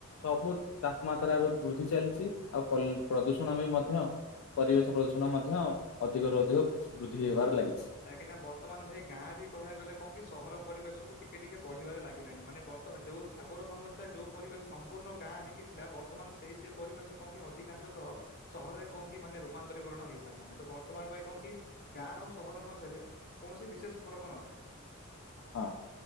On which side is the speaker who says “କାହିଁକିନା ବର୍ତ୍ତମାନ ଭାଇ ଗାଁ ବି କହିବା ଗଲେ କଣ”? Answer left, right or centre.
Left